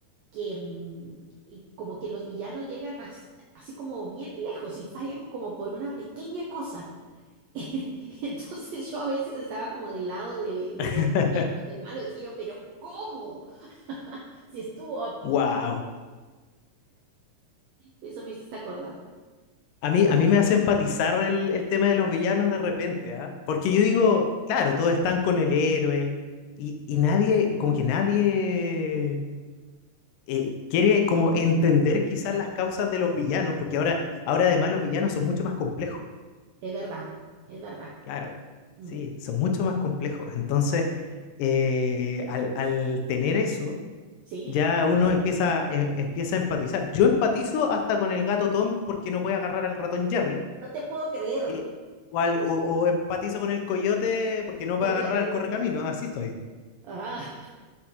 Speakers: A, on the right; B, on the left.
A: que mm, y como que los villanos llegan hasta, así como bien lejos y fallan como por una pequeña cosa. <laughs> Entonces yo a veces estaba como del lado de, de
B: <laughs>
A: los, del malo, decía yo, pero ¿cómo? Si estuvo a punto.
B: Wow.
A: Eso me hiciste acordar.
B: A mí, a mí me hace empatizar el, el tema de los villanos de repente, ¿ah? Porque yo digo, claro, todos están con el héroe y, y nadie, como que nadie eh, quiere como entender quizás las causas de los villanos, porque ahora, ahora además los villanos son mucho más complejos,
A: Es verdad, es verdad.
B: claro,
A: Mm,
B: sí, son mucho más complejos. Entonces, eh, al, al tener eso
A: Sí,
B: Ya uno empieza, em- empieza a empatizar. Yo empatizo hasta con el gato Tom porque no puede agarrar al ratón Jerry.
A: no te puedo creer.
B: eh, o, al- o- o empatizo con el coyote porque no
A: Toyota.
B: puede agarrar al correcaminos. Así estoy.
A: Ah,